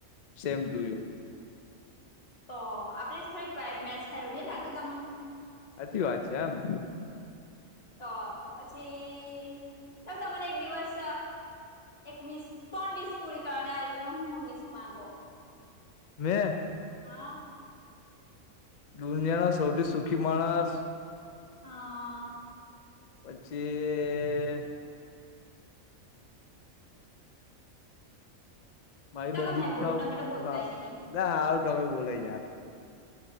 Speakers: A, on the left (about 65°); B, on the left (about 45°).
A: સેમ ટુ યુ
B: તો આપડે થોડીક વા મેચ થાય ન લાગતું તમને
A: સાચી વાત છે હ ને
B: તો પછી ચાલ તમને એક દિવસ એક વીસ ત્રણ વીસ પૂરી કરવાની આજે તમે હું વીસ માંગો
A: મેં
B: હા.
A: દુનિયાના સૌથી સુખી માણસ
B: હ
A: પછી. મારી
B: ચાલો
A: બધી
B: મેં
A: ઈચ્છાઓ
B: બોલું તમે તો બોલતાય
A: હ
B: નહીં
A: નાારું તમે બોલો યાર.